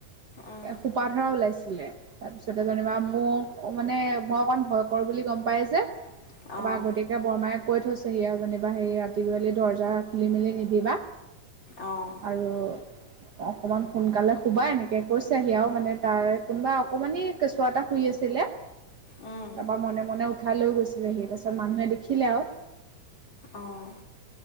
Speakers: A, on the left; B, on the right.
A: অঁ
B: সোপা ধৰা ওলাইছিলে তাৰপিছতে জনিবা মোক মানে, মই অকণ ভয়কৰ বুলি গম পাই যে
A: অঁ
B: তা <inaudible> গতিকে তে বৰমাই কৈ থৈছেহি আৰু যেনিবা সেই ৰাতিপুৱেলি দৰ্জা খুলি মেলি নিদিবা
A: অঁ।
B: আৰু অকণমান সোনকালে কুবা এনেকে কৈছেহি আৰু মানে তাৰ কোনোবা অকণমানি কেঁচুৱা এটা শুই আছিলে
A: উম,
B: তাৰ পৰা মনে মনে উঠাই লৈ গৈছিলে আহি পাছত মু দেখিলে আৰু।
A: অ'